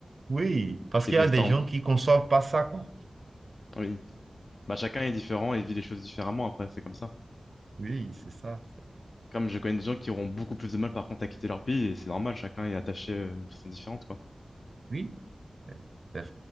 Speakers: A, on the right; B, on the left.
A: Oui, parce
B: Et
A: qu'il
B: puis,
A: y a des
B: tant...
A: gens qui ne conçoivent pas ça, quoi.
B: oui. Bah, chacun est différent et vit les choses différemment après, c'est comme ça.
A: Oui, c'est ça.
B: Comme je connais des gens qui auront beaucoup plus de mal, par contre, à quitter leur pays, et c'est normal, chacun est attaché euh, d'une façon différente, quoi.
A: Oui, c'est